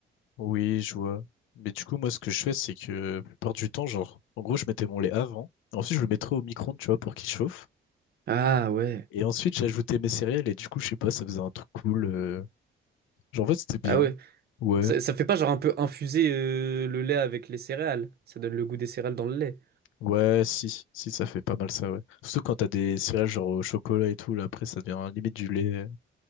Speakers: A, on the left; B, on the right.
A: Oui, je vois. Mais du coup, moi, ce que je fais, c'est que, la plupart du temps, genre, en gros, je mettais mon lait avant. Ensuite, je le mettrais au micro-ondes, tu vois, pour qu'il chauffe.
B: Ah ouais.
A: Et ensuite, j'ajoutais mes céréales, et du coup, je sais pas, ça faisait un truc cool. euh, Genre, en fait, c'était bien.
B: Ah ouais.
A: Ouais.
B: Ça, ça fait pas genre un peu infuser euh, le lait avec les céréales. Ça donne le goût des céréales dans le lait.
A: Ouais, si, si, ça fait pas mal ça, ouais. Surtout quand t'as des céréales genre au chocolat et tout, là, après, ça devient limite du lait, euh,